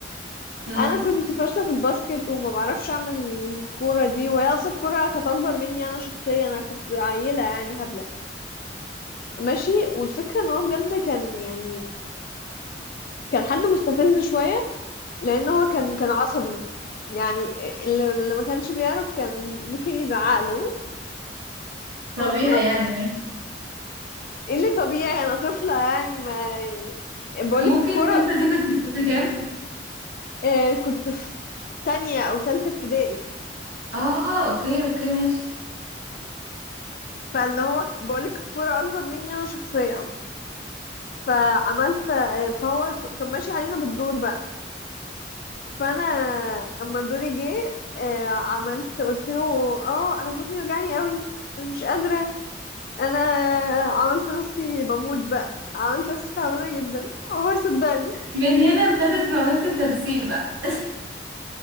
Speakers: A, on the right; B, on the left.
A: <laughs> امم
B: انا كنت فاشله في الباسكت وما بعرفش اعمل الكوره دي وهي اصلا الكوره كانت اكبر مني انا شخصيا انا كنت عيله يعني هبله ماشي والفكره ان هو بجد كان يعني كان حد مستفز شويه لان هو كان كان عصبي يعني اللي اللي ما كانش بيعرف كان ممكن يزعق له
A: طبيعي
B: والله
A: يعني ماشي
B: ايه اللي طبيعي انا طفله يعني ما بقولك
A: ممكن
B: الكوره
A: تفلسي كنت في سنة كام؟
B: آه، كنت في تانية او تالتة ابتدائي
A: اه اوكي اوكي ماشي
B: فاللي هو بقولك الكوره اكبر مني انا شخصيا فعملت آه، فهو ك- كان ماشي علينا بالدور بقى فانا اما دوري جه آه، عملت قلت له اه انا بطني وجعني قوي انا مش قادره انا عملت نفسي بموت بقى عملت نفسي تعبانه جدا وهو صدقني
A: من هنا ابتدت موهبة التمثيل بقى